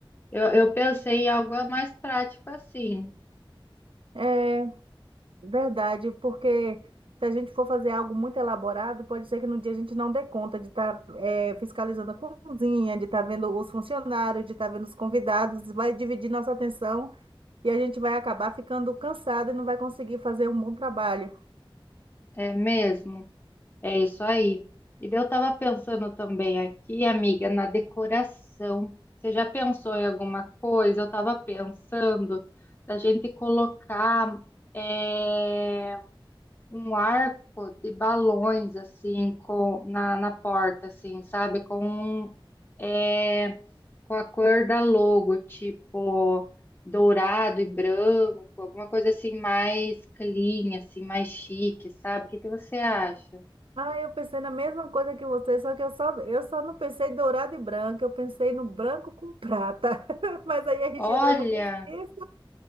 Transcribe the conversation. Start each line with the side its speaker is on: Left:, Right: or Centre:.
Left: Eu, eu pensei em algo mais prático assim.
Right: Ai. Verdade, porque se a gente for fazer algo muito elaborado, pode ser que no dia a gente não dê conta de estar fiscalizando a cozinha, de estar vendo os funcionários, de estar vendo os convidados, vai dividir nossa atenção e a gente vai acabar ficando cansado e não vai conseguir fazer um bom trabalho.
Left: É mesmo, é isso aí. E daí eu estava pensando também aqui, amiga, na decoração. Você já pensou em alguma coisa? Eu estava pensando da gente colocar é, um arco de balões assim com, na, na porta, assim, sabe? Com, um, é, com a cor da logo, tipo dourado e branco, alguma coisa assim mais clean, assim, mais chique, sabe? O que que você acha?
Right: Ah, eu pensei na mesma coisa que você, só que eu só, eu só não pensei em dourado e branco, eu pensei no branco com prata. <laughs> Mas aí a gente
Left: Olha,
Right: entra no consenso.